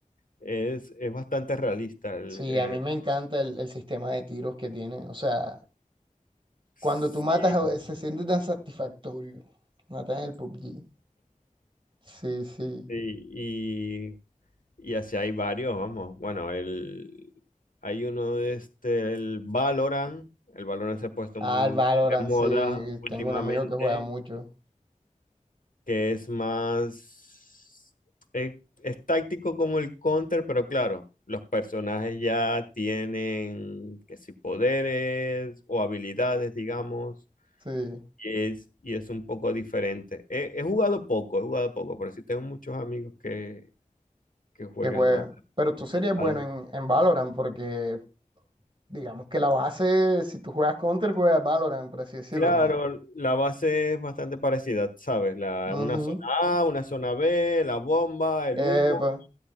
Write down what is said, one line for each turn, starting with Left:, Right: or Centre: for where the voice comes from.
Left: Es, es bastante realista el,
Right: sí,
Left: eh,
Right: a mí me encanta el, el sistema de tiros que tiene. O sea,
Left: sí,
Right: cuando tú matas, a- se siente tan satisfactorio matar en el PUBG. Sí, sí.
Left: sí, Y así hay varios, vamos. Bueno, el, hay uno de este, el Valorant. El Valorant se ha puesto
Right: Ah,
Left: muy
Right: el Valorant,
Left: de moda
Right: sí.
Left: últimamente,
Right: Tengo un amigo que juega mucho.
Left: que es más... Es, es táctico como el Counter, pero claro, los personajes ya tienen, que si poderes o habilidades, digamos,
Right: Sí,
Left: y es, y es un poco diferente. He, he jugado poco, he jugado poco, pero sí tengo muchos amigos que, que juegan
Right: que juega.
Left: a-
Right: Pero tú serías
Left: al
Right: bueno en, en Valorant porque digamos que la base, si tú juegas Counter, juegas Valorant, por así decirlo,
Left: Claro,
Right: ¿no?
Left: la base es bastante parecida, ¿sabes? La,
Right: Ujú.
Left: una zona A, una zona B, la bomba, el
Right: Epa.
Left: humo.